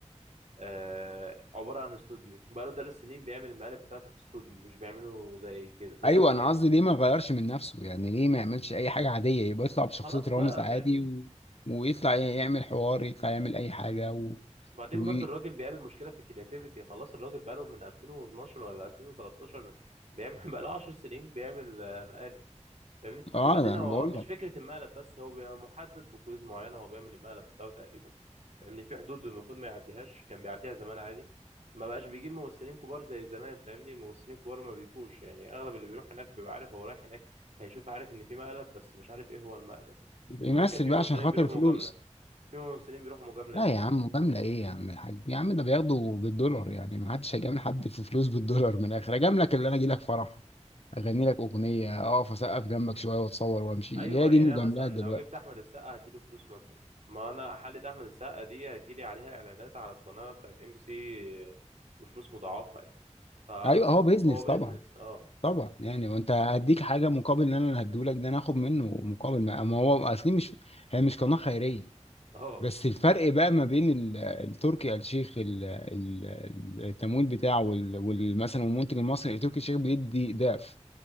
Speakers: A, on the right; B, on the left.
A: آه، عبارة عن استوديو بقاله ثلاث سنين بيعمل المقالب بتاعته في استوديو مش بيعمله زي كده زي
B: ايوه
A: قبل
B: انا
A: كده
B: قصدي ليه ما يغيرش من نفسه يعني ليه ما يعملش اي حاجة عادية يبقى يطلع بشخصية
A: خلاص
B: رامز
A: بقى
B: عادي
A: فاهمني
B: و... ويطلع يعمل حوار يطلع يعمل اي حاجة و...
A: بعدين
B: و...
A: برضو الراجل بيقابل مشكلة في الكرياتيفيتي خلاص الراجل بقاله من 2012 ولا 2013 بيعمل <laughs> بقاله 10 سنين بيعمل آه، مقالب فاهمني
B: اه
A: وبعدين
B: ده
A: هو
B: انا بقول
A: مش
B: لك
A: فكرة المقلب بس هو بيبقى محدد بقيود معينة هو بيعمل المقلب بتاعه تقريبا فاهمني في حدود المفروض ما يعديهاش كان بيعديها زمان عادي ما بقاش بيجيب ممثلين كبار زي زمان فاهمني ممثلين كبار ما بيجوش يعني اغلب اللي بيروح هناك بيبقى عارف هو رايح هناك هيشوف عارف ان في مقلب بس مش عارف ايه هو المقلب
B: يمثل
A: ممكن في
B: بقى
A: ممثلين
B: عشان خاطر
A: بيروحوا
B: الفلوس
A: مجاملة في ممثلين بيروحوا مجاملة
B: لا
A: ليه
B: يا عم مجاملة ايه يا عم الحاج يا عم ده بياخده بالدولار يعني ما حدش هيجامل حد في فلوس بالدولار من الاخر اجاملك اللي انا اجي لك فرح اغني لك اغنية اقف اسقف جنبك شوية واتصور وامشي
A: ايوه
B: هي دي
A: يعني
B: المجاملات
A: انا مثلا
B: دلوقتي
A: لو جبت احمد السقا هديله فلوس مثلا ما انا حلقه احمد السقا دي هتجيلي عليها اعلانات على القناه بتاعت ام بي سي بفلوس مضاعفه يعني فهو
B: ايوه هو بيزنس
A: بيزنس
B: طبعا
A: اه
B: طبعا يعني وانت هديك حاجه مقابل ان انا هديهولك ده انا هاخد منه مقابل ما ما هو اصلي مش هي مش قناه خيريه
A: اه
B: بس الفرق بقى ما بين ال- التركي آل الشيخ ال- ال- التمويل بتاعه وال- وال- مثلا المنتج المصري التركي آل الشيخ بيدي ضعف